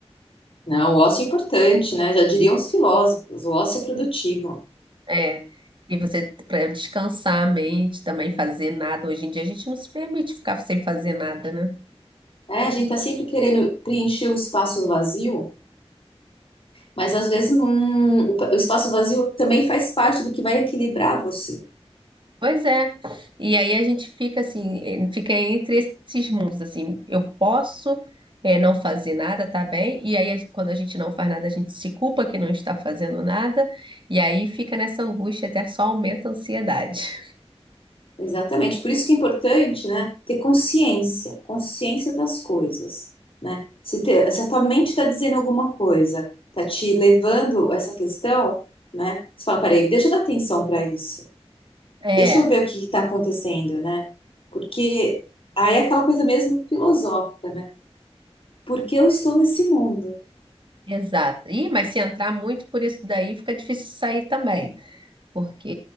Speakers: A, on the left; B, on the right.
A: Não, o ócio é importante, né? Já diriam os filósofos, o ócio é produtivo.
B: É, que você para descansar a mente, também fazer nada. Hoje em dia a gente não se permite ficar sem fazer nada, né?
A: É, a gente tá sempre querendo preencher o espaço vazio, mas às vezes não, o, pa- o espaço vazio também faz parte do que vai equilibrar você.
B: Pois é. E aí a gente fica assim, eh, fica entre esses mundos, assim, eu posso eh, não fazer nada, tá bem? E aí quando a gente não faz nada, a gente se culpa que não está fazendo nada, e aí fica nessa angústia, até só aumenta a ansiedade. <laughs>
A: Exatamente. Por isso que é importante, né, ter consciência, consciência das coisas, né? Se, te- se a tua mente está dizendo alguma coisa, tá te levando a essa questão, né? Você fala, peraí, deixa eu dar atenção para isso.
B: É,
A: Deixa eu ver o que está acontecendo, né? Porque aí é aquela coisa mesmo filosófica, né? Por que eu estou nesse mundo?
B: exato. Ih, mas se entrar muito por isso daí, fica difícil sair também. porque